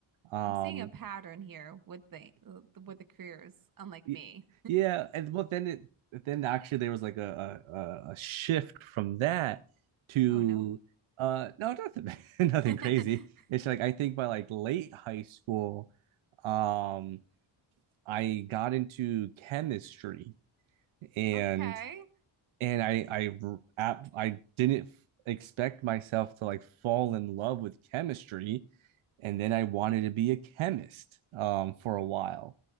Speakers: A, on the right (about 85°); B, on the right (about 45°).
A: Um,
B: I'm seeing a pattern here with the with the careers, unlike
A: Y-
B: me.
A: Yeah, and well, then it then actually there was like a a, a- a shift from that to
B: Oh no.
A: uh no nothing <laughs> nothing
B: <laughs>
A: crazy. It's like I think by like late high school, um, I got into chemistry and
B: Okay.
A: and I I I didn't expect myself to like fall in love with chemistry, and then I wanted to be a chemist um for a while,